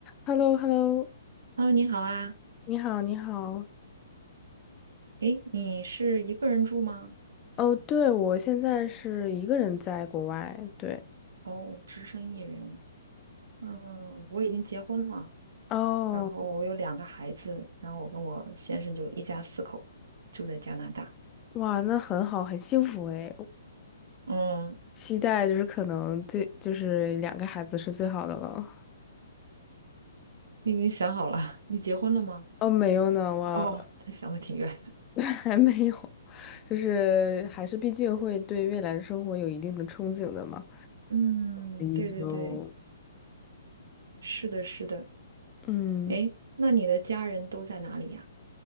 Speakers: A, on the left; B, on the right.
A: h e l l o h e l l o
B: h e 你好啊。
A: 你好，你好。
B: 诶，你是一个人住吗？
A: 哦，对，我现在是一个人在国外。对，
B: 哦，只身一人。嗯，我已经结婚了，
A: 哦，
B: 然后我有两个孩子，然后我跟我先生就一家四口住在加拿大。
A: 哇，那很好，很幸福诶。
B: 嗯，
A: 期待就是可能最就是两个孩子是最好的了。
B: 你已经想好了，你结婚了吗？
A: 哦，没有呢，我
B: 哦，他想的挺远。
A: <laughs> 还没有，就是还是毕竟会对未来的生活有一定的憧憬的嘛，
B: 嗯，
A: 所以就
B: 对对对，是的，是的。
A: 嗯。
B: 诶，那你的家人都在哪里呀？